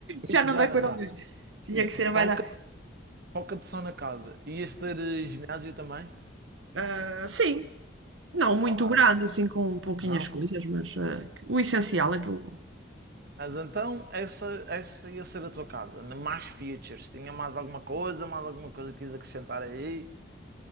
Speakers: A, on the right; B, on the right.
A: Isso
B: já não
A: já
B: dá
A: não
B: com o Euromilhões.
A: dá.
B: Tinha
A: Isso,
B: que ser mais,
A: pouca,
B: a-
A: pouca de som na casa. Ias ter eh, ginásio também?
B: ah, sim, não muito
A: Claro,
B: grande, assim, com pouquinhas
A: não.
B: coisas, mas ah, o essencial, aquilo.
A: Mas então, essa, essa ia ser a tua casa. né? Mais features. Tinha mais alguma coisa, mais alguma coisa que quis acrescentar aí?